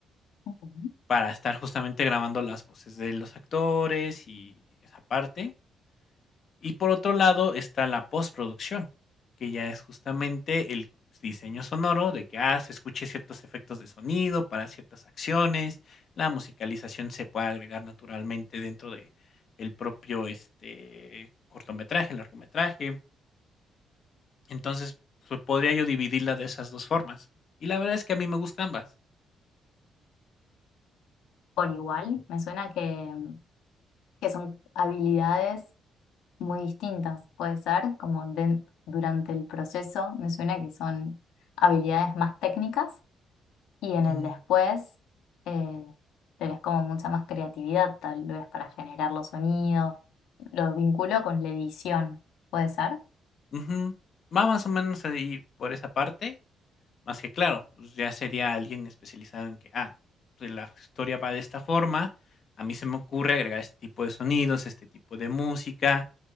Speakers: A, on the left; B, on the left.
A: ujú.
B: para estar justamente grabando las voces de los actores y esa parte Y por otro lado está la postproducción, que ya es justamente el diseño sonoro de que, ah, se escuche ciertos efectos de sonido para ciertas acciones, la musicalización se puede agregar naturalmente dentro de el propio, este, cortometraje, largometraje. Entonces, pues, podría yo dividirla de esas 2 formas. Y la verdad es que a mí me gustan ambas.
A: Por igual, me suena que, que son habilidades muy distintas, puede ser, como den- durante el proceso, me suena que son habilidades más técnicas y en
B: Mm,
A: el después eh, tenés como mucha más creatividad, tal vez para generar los sonidos, lo vinculo con la edición, puede ser.
B: ujú. Va más o menos ahí por esa parte, Más que claro, pues ya sería alguien especializado en que, ah, pues la historia va de esta forma, a mí se me ocurre agregar este tipo de sonidos, este tipo de música